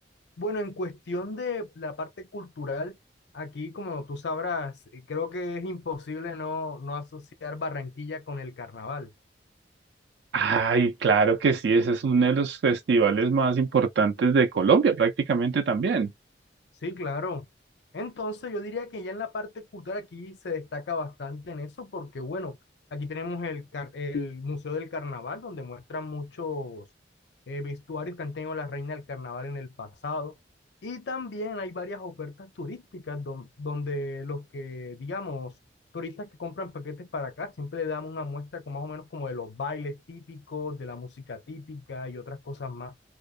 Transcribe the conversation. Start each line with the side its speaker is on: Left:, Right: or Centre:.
Left: Bueno, en cuestión de la parte cultural, aquí como tú sabrás, eh, creo que es imposible no, no asociar Barranquilla con el carnaval.
Right: Ay, claro que sí, ese es uno de los festivales más importantes de Colombia, prácticamente también.
Left: Sí, claro. Entonces yo diría que ya en la parte cultural aquí se destaca bastante en eso porque, bueno, aquí tenemos el, car- el Museo del Carnaval donde muestran muchos eh, vestuarios que han tenido la reina del carnaval en el pasado. Y también hay varias ofertas turísticas don- donde los que, digamos, turistas que compran paquetes para acá siempre le damos una muestra con más o menos como de los bailes típicos, de la música típica y otras cosas más,